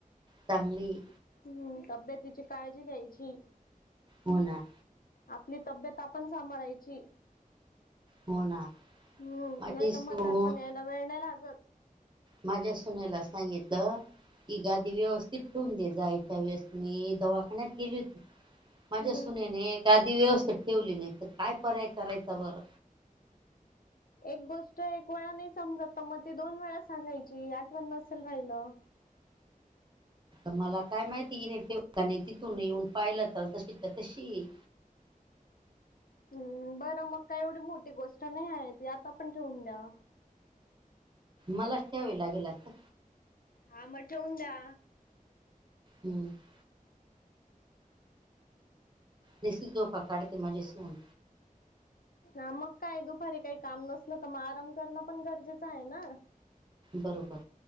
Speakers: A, on the right (about 30°); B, on the left (about 80°).
A: चांगलीये.
B: हम्म तब्येतीची काळजी घ्यायची.
A: हो ना.
B: आपली तब्येत आपण सांभाळायची.
A: हो ना.
B: हम्म
A: माझी
B: नाही
A: सून
B: तर, म्हातार पण यायला वेळ नाही लागत.
A: माझ्या सुनेला सांगितल, तिला अगदी व्यवस्थित ठेऊन जायच्या वेळेस ती, जवा दवाखान्यात गेली होती. माझ्या
B: हम्म.
A: सुनेने गादी व्यवस्थित ठेवली नाही, तरकाय पर्याय करायचा बरं.
B: एक गोष्ट एक वेळा नाही समजत, मग ती दोन वेळा सांगायची, आठवणं वेळा नसेल राहिलं.
A: मला काय माहिती? हिने ठेवताणे ती, तुमी येऊन पाहिल तर तशी तशी..
B: हम् बर मग काही एवढी, मोठी गोष्ट नाही आहे ती, आता पण ठेवून द्या.
A: मला च ठेवावी लागेल आत्ता.
B: हा म ठेवून द्या.
A: हम्म <inaudible> निसती झोपा काढते. माझी सून.
B: ह मग काय दुपारी काही काम नसल तर, म आराम करण पण गरजेच आहे ना.
A: बरोबर